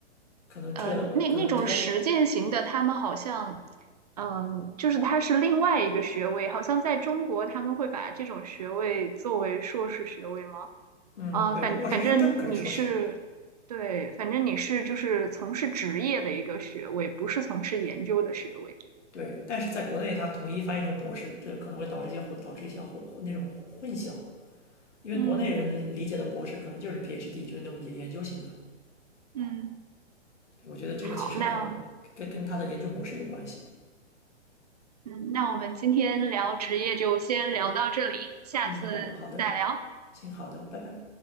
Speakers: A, on the left (about 80°); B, on the right (about 35°).
A: 可能这可能这，
B: 嗯，那那种实践型的，他们好像，嗯，就是它是另外一个学位，好像在中国他们会把这种学位作为硕士学位吗？
A: 嗯，
B: 啊、
A: 对，
B: 反反正你是，
A: 如果是认证，可是硕士，
B: 对，反正你是就是从事职业的一个学位，不是从事研究的学位。
A: 对，但是在国内它统一翻译成博士，这可能会导致一些混，导致一些混混那种混淆，因为国内人理解的博士可能就是
B: 嗯
A: PhD，就是那种研研究型的。
B: 嗯，
A: 对，我觉得这个其实可能跟跟他的研究模式有关系。
B: 好，那嗯，那我们今天聊职业就先聊到这里，下次再聊。
A: 嗯，好的，好的，行，好的，拜拜。